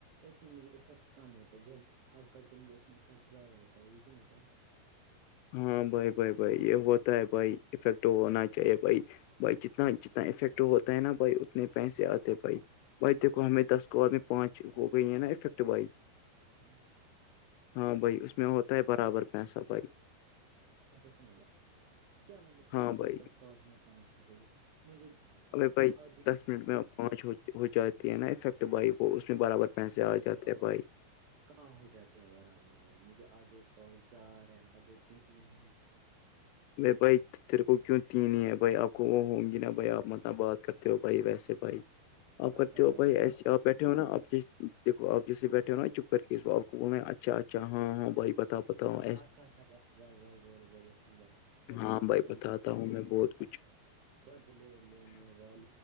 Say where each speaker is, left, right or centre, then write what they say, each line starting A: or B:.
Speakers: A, on the right; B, on the left.
A: اس میں مجھے افیکٹ کم ہوتا ہے جب آپ کرتے ہو مجھے اس میں افیکٹ زیادہ ہوتا ہے یہ کیوں ہوتا ہے <unintelligible>
B: ہاں بھائی بھائی بھائی یہ ہوتا ہے بھائی افیکٹ ہونا چاہیے بھائی <unintelligible> بھائی جتنا جتنا افیکٹ ہوتا ہے نا بھائی اتنے پیسے آتے بھائی بھائی دیکھو ہمیں دس کو آدمی پانچ ہو گئی ہیں نا افیکٹ بھائی <unintelligible>
A: ہ <inaudible>
B: ہاں بھائی اس میں ہوتا ہے برابر پیسہ بھائی
A: اچھا سنو بائے کیا مطلب کیا
B: ہاں
A: مطلب
B: بھائی
A: دس کالس میں پانچ ہو گئی ہے مجھے
B: ا بھائی
A: ادھی
B: دس منٹ میں پانچ ہو جاتی ہے نا افیکٹ بھائی وہ اس میں برابر
A: کہاں
B: پیسے آ جاتے
A: کی آواز
B: ہیں بھائی
A: کہاں ہو جاتے ہے برابر بھائی مجھے آدھے کال چار ہے آدھے تین ہے
B: ب بئیت تیر کو کیوں تین ہے بھائی آپ کو وہ ہوں گی نا بھائی آپ مطلب بات کرتے ہو بھائی ویسے بھائی آپ کرتے
A: کرتا
B: ہو بھائی
A: جاؤں
B: ایسے آ بیٹھے ہو نا آپ دیکو آپ جسے بیٹھے ہو نا چپ کر کے اسپ کو بولنا ہے اچھا اچھا ہاں ہاں بھائی ب تتا پتا ہوں
A: <unintelligible>
B: ہاں بھائی بتاتا ہوں میں بہت کچھ
A: بدل لینے والال